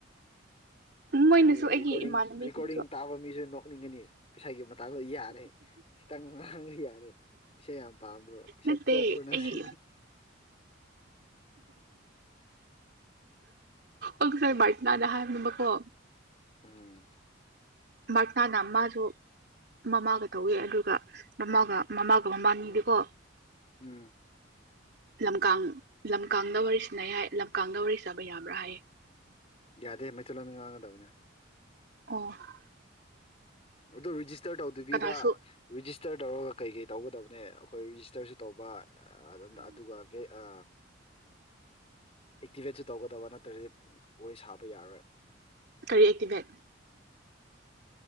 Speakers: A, on the right (about 55°); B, on the left (about 30°).
A: ꯃꯣꯏꯅꯁꯨ
B: ꯃꯤ
A: ꯑꯩꯒꯤ
B: ꯔꯤꯀꯣꯗꯦꯗꯤꯟ
A: ꯏꯃꯥꯟꯅꯕꯤꯁꯤꯡꯁꯨ
B: ꯔꯦꯀꯣꯗꯤꯡ ꯇꯥꯕ ꯃꯤꯁꯨ ꯅꯣꯛ ꯅꯤꯡꯒꯅꯤ ꯄꯩꯁꯥꯒꯤ ꯃꯇꯥꯡꯗꯣ ꯌꯥꯔꯦ ꯈꯤꯇꯪ ꯉꯥꯡꯂ ꯌꯥꯔꯦ ꯄꯩꯁꯥ ꯌꯥꯝ ꯄꯥꯝꯕ꯭ꯔꯣ ꯄꯩꯁꯥ
A: ꯅꯠꯇꯦ
B: ꯆꯣꯞꯄ꯭ꯔꯣ ꯅꯠꯇ
A: ꯑꯩꯒꯤ ꯑꯣꯁꯥꯏ ꯕꯥꯜꯇꯅꯥꯅ ꯍꯥꯏꯕꯅꯤꯡꯕꯀꯣ
B: ꯎꯝ
A: ꯃꯥꯔꯅꯥꯅ ꯃꯥꯁꯨ ꯃꯃꯥꯒ ꯇꯧꯋꯦ ꯑꯗꯨꯒ ꯃꯃꯥꯒ ꯃꯃꯥꯒ ꯃꯃꯥꯟꯅꯤꯗꯦꯀꯣ
B: ꯎꯝ
A: ꯂꯝꯀꯥꯡ ꯂꯝꯀꯥꯡꯗ ꯋꯥꯔꯤ ꯁꯤꯟꯅꯩ ꯍꯥꯏ ꯂꯝꯀꯥꯡꯗ ꯋꯥꯔꯤ ꯁꯥꯥꯕ ꯌꯥꯕ꯭ꯔꯥ ꯍꯥꯏꯌꯦ
B: ꯌꯥꯗꯦ ꯃꯩꯆꯜꯂꯣꯟꯗ ꯉꯥꯡꯒꯗꯕꯅꯦ
A: ꯑꫭ
B: ꯑꯗꯨ ꯔꯤꯖꯤꯁꯇꯔ ꯇꯧꯗꯣꯏꯕꯤꯗ
A: ꯀꯅꯥꯁꯨ
B: ꯔꯤꯖꯤꯁꯇꯔ ꯇꯧꯔꯒ ꯀꯩ ꯀꯩ ꯇꯧꯒꯗꯕꯅꯦ ꯑꯩꯈꯣꯏ ꯔꯤꯖꯤꯁꯇꯔꯁꯨ ꯇꯧꯕ ꯑꯗꯨꯒ ꯍ ꯑꯦꯛꯇꯤꯚꯦꯠꯁꯨ ꯇꯧꯒꯗꯕ ꯅꯠꯇ꯭ꯔꯗꯤ ꯋꯥꯔꯤ ꯁꯥꯕ ꯌꯥꯔꯣꯏ
A: ꯀꯔꯤ ꯑꯦꯛꯇꯤꯚꯦꯠ